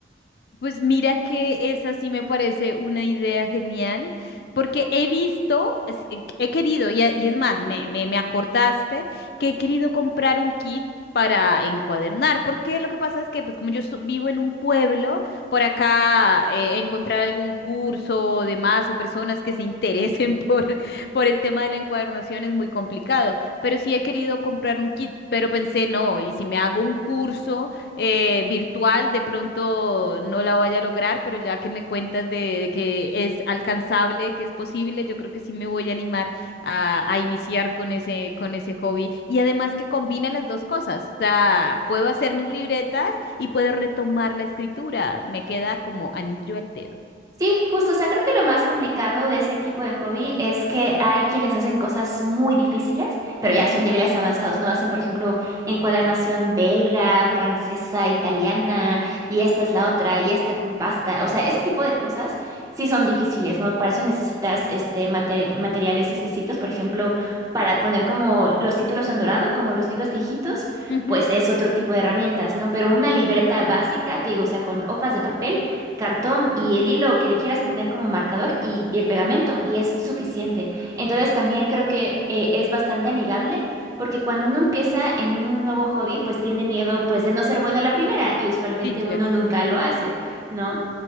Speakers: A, on the left; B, on the right.
A: Pues mira que esa sí me parece una idea genial, porque he visto, es- he he querido, y, a- y es más, me, me, me acordaste que he querido comprar un kit para encuadernar, porque lo que pasa es que pues como yo so- vivo en un pueblo, por acá eh, encontrar algún curso o demás o personas que se interesen <laughs> por, por el tema de la encuadernación es muy complicado, pero sí he querido comprar un kit, pero pensé, no, y si me hago un curso eh, virtual, de pronto no la vaya a lograr, pero ya que me cuentas de, de que es alcanzable, que es posible, yo creo que sí me voy a animar a, a iniciar con ese, con ese hobby. Y además que combina las dos cosas, o sea, puedo hacer mis libretas y puedo retomar la escritura, me queda como anillo al dedo.
B: Sí, justo, o sea, creo que lo más complicado de ese tipo de hobby es que hay quienes hacen cosas muy difíciles, pero
A: Ujú,
B: ya son niveles avanzados, ¿no? Hacen, por ejemplo, encuadernación belga, francesa, italiana, y esta es la otra, y esta con pasta. O sea, ese tipo de cosas sí son difíciles, ¿no? Para eso necesitas este mate- materiales específicos, por ejemplo, para poner como los títulos en dorado, como los libros viejitos,
A: ujú,
B: pues es otro tipo de herramientas, ¿no? Pero una libreta básica, te digo, o sea, con hojas de papel cartón y el hilo que le quieras poner como marcador y, y el pegamento y es suficiente. Entonces también creo que eh, es bastante amigable porque cuando uno empieza en un nuevo hobby pues tiene miedo pues de no ser bueno a la primera y usualmente
A: Sí,
B: uno nunca lo hace, ¿no?